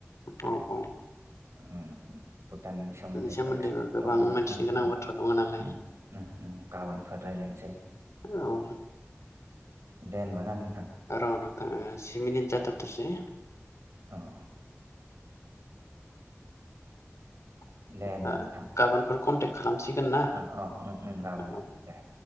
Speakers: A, on the left; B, on the right.
A: औ औ
B: उम उम भुटाननि सोमोन्दै
A: सोमोन्दैबो
B: नेक्स्ट
A: गोबां
B: टपिकआव
A: मिथिनो
B: उम
A: गोनां
B: उम
A: बाथ्रा दङ नालाय
B: उम उम उम गाबोनफोर रायलाय- फोनसेै
A: औ
B: दे होनबा ना नोंथां
A: र'नोंथां ओ जि मिनित जाथारथोंसै
B: औ
A: <inaudible>
B: दे होनबा नोंथां
A: गाबोनफोर कन्टेक्ट खालामसिगोन ना
B: औ औ गाबोन
A: औ
B: दे